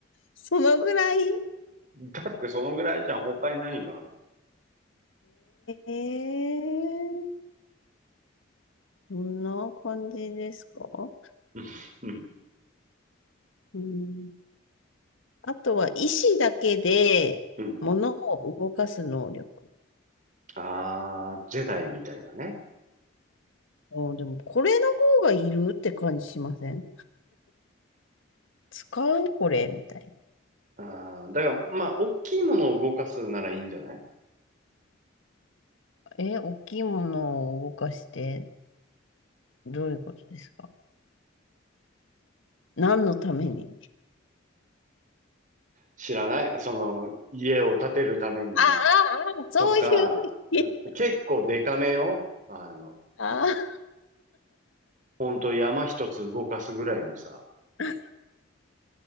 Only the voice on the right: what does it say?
だってそのぐらいじゃん、他に何がある
うん
うんうん。ああ、ジェダイみたいなね。
あーだから、まあ、大きいものを動かすならいいんじゃない
知らない。その、家を建てるために
とか、う結構デカめよ。あの、
ほんと山一つ動かすぐらいのさ、